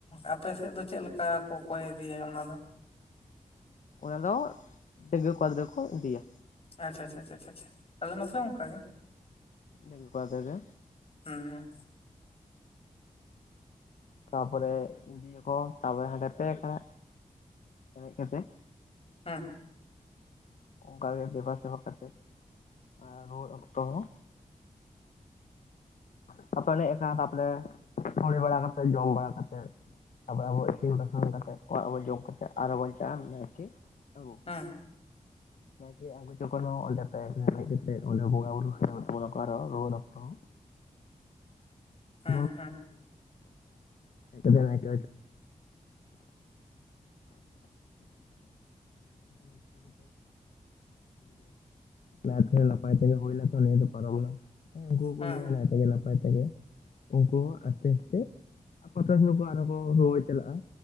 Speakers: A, on the left; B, on the left.
A: ᱟᱯᱮ ᱥᱮᱫ ᱫᱚ ᱪᱮᱫ ᱞᱮᱠᱟ ᱠᱚ ᱠᱚᱭ ᱤᱫᱤᱭᱟ ᱚᱱᱟ ᱫᱚ?
B: ᱚᱱᱟ ᱫᱚ, ᱰᱟᱹᱝᱣᱟᱹ ᱠᱚᱲᱟ ᱜᱤᱫᱽᱨᱟᱹ ᱠᱚ ᱤᱫᱤᱭᱟ᱾
A: ᱟᱪᱪᱷᱟ ᱪᱷᱟ ᱪᱷᱟ ᱪᱷᱟ ᱪᱟᱷᱟ ᱟᱞᱮ ᱱᱚᱛᱮ ᱦᱚᱸ ᱚᱱᱠᱟ ᱜᱮ᱾
B: ᱰᱟᱹᱝᱣᱟᱹ ᱠᱚᱲᱟ ᱜᱤᱫᱟᱹᱨ ᱜᱮ᱾
A: ᱦᱩᱸ ᱦᱩᱸ
B: ᱛᱟᱯᱚᱨᱮ ᱤᱫᱤᱭᱟ ᱠᱚ ᱛᱟᱯᱚᱨᱮ ᱦᱟᱸᱰᱮ ᱯᱮ ᱟᱠᱷᱟᱲᱟ ᱮᱱᱮᱡ ᱠᱟᱛᱮᱜ
A: ᱦᱮᱸ
B: ᱚᱱᱠᱟᱜ ᱜᱮ ᱫᱮᱵᱟ ᱥᱮᱵᱟ ᱠᱟᱛᱮ ᱟᱨ ᱨᱩᱣᱟᱹᱲ ᱚᱠᱛᱚ ᱦᱚᱸ <unintelligible> ᱟᱵᱟᱨ ᱟᱵᱚ ᱤᱥᱤᱱ ᱵᱟᱥᱟᱝ ᱠᱟᱛᱮᱜ ᱚᱲᱟᱜ ᱨᱮᱵᱱ ᱡᱚᱢ ᱠᱟᱛᱮᱜ ᱟᱨᱚ ᱵᱚᱱ ᱪᱟᱜ-ᱟ ᱱᱟᱭᱠᱮ ᱟᱜᱩ᱾
A: ᱦᱮᱸ
B: ᱱᱟᱭᱠᱮ ᱟᱸᱜᱩ ᱡᱚᱠᱷᱚᱱ ᱦᱚᱸ ᱚᱰᱮ ᱯᱮ ᱟᱠᱷᱟᱲᱟ ᱮᱱᱮᱢ ᱠᱟᱛᱮ ᱚᱰᱮ ᱦᱚᱸ ᱵᱚᱸᱜᱟ ᱵᱩᱨᱩ ᱛᱚᱨᱟᱭ ᱛᱟᱵᱚᱱᱟ ᱨᱩᱣᱟᱹᱲ ᱚᱠᱛᱚ ᱦᱚᱸ᱾
A: ᱦᱩᱸ
B: <unintelligible> <unintelligible> <unintelligible> ᱠᱩᱞᱤ
A: ᱦᱩᱸ
B: ᱡᱚᱧᱟᱜ ᱼ ᱟ᱾ ᱱᱟᱭ ᱛᱮᱦᱚᱸ ᱱᱟᱯᱟᱭ ᱛᱮᱜᱮ ᱦᱩᱭᱞ ᱠᱷᱟᱱ ᱱᱤᱭᱟ ᱫᱚ ᱯᱟᱨᱚᱢ ᱱᱟ᱾ᱦᱮᱸ ᱩᱱᱠᱩ ᱦᱚᱠᱚᱸ
A: ᱦᱩᱸ
B: ᱞᱟᱹᱭ-ᱟ ᱱᱟᱭ ᱛᱮ ᱱᱟᱯᱟᱭ ᱛᱮᱜᱮ᱾ ᱩᱱᱠᱩ ᱦᱚᱸ ᱟᱥᱛᱮ ᱟᱥᱛᱮ ᱟᱠᱚᱥᱮᱱ ᱟᱨᱦᱚᱸ ᱠᱚ ᱨᱩᱣᱟᱹᱲ ᱪᱟᱞᱟᱜ-ᱟ᱾